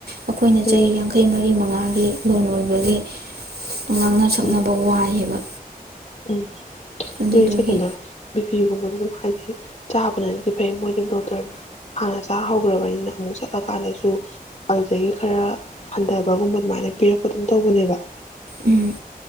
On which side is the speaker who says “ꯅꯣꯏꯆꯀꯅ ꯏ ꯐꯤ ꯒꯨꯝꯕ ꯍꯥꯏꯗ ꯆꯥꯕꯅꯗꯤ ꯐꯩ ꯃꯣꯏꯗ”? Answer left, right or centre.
Left